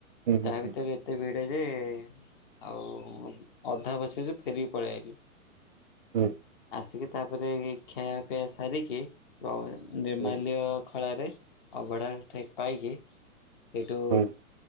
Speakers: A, on the right; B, on the left.
A: ହୁଁ ହୁଁ
B: ତାହା
A: ହୁଁ
B: ଭିତରେ ଏତେ ଭିଡ ଯେ ଆଉ ଅଧା ବସିଛୁ ଫେରିକି ପଳେଇଆଇଲୁ
A: ହୁଁ
B: ଆସିକି ତାପରେ ଖୀଆ ପିଆ ସାରିକି ନିର୍ମାଲ୍ୟ
A: ହୁଁ
B: ଖଳାରେ ଅବଢ଼ା ମୁଠେ ପାଇକି ସେଇଠୁ
A: ହୁଁ